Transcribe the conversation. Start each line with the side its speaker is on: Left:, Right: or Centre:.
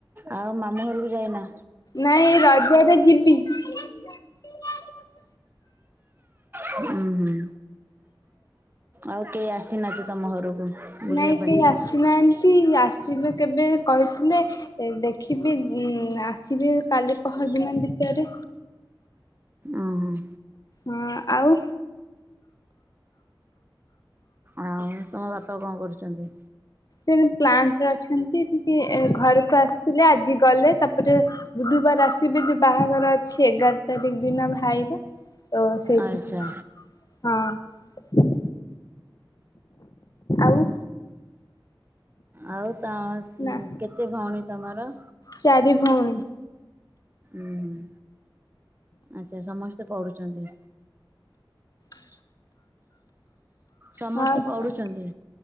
Right: ଆଉ ମାମୁଁ ଘର କୁ ଯାଇନା।
Left: ନାଇ ଏଇ ରଜ ରେ ଯିବି। <unintelligible>
Right: ହୁଁ ହୁଁ ଆଉ କେହି ଆସିନାନ୍ତି ତମ ଘରକୁ। ବୁଲିବା
Left: ନାଇଁ କେହି
Right: ପାଇଁ?
Left: ଆସିନାହାନ୍ତି ଆସିବେ କେବେ କହିଥିଲେ ଦେଖିବି ଆସିବି କାଲି ପହରଦିନ ଭିତରେ।
Right: ଓ ହୋ। <inaudible>
Left: ହ ଆଉ।
Right: ଆଉ। ତମ ବାପା କଣ କରୁଛନ୍ତି।
Left: ସେ ପ୍ଲାଣ୍ଟରେ ଅଛନ୍ତି ଏଠିକି ଘରକୁ ଆସିଥିଲେ ଆଜି ଗଲେ ତାପରେ ବୁଧବାର ଆସିବେ ଯେ ବାହାଘର ଅଛି ଏଗାର ତାରିଖ ଦିନ ଭାଇର। ତ ସେଇଥି
Right: ଆଚ୍ଛା
Left: କି ହଁ। ଆଉ।
Right: ଆଉ ତମ
Left: ନା
Right: କେତେ ଭଉଣୀ ତମର।
Left: ଚାରି ଭଉଣୀ।
Right: ଉଁ ହୁଁ। ଆଚ୍ଛା ସମସ୍ତେ ପଢୁ ଚାନ୍ତି।
Left: <unintelligible>
Right: ସମସ୍ତେ
Left: ହଁ ଆଜ୍ଞା
Right: ପଢୁଛନ୍ତି?